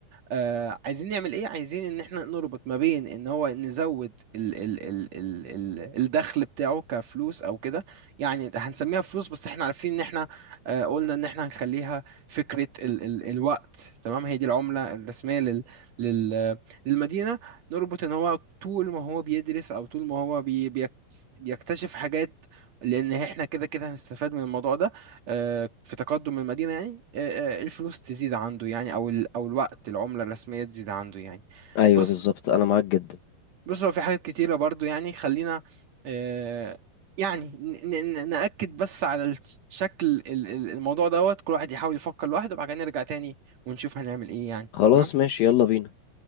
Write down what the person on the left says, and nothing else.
ايوه
بالظبط انا معاك جدا
خلاص
ماشي يلا بينا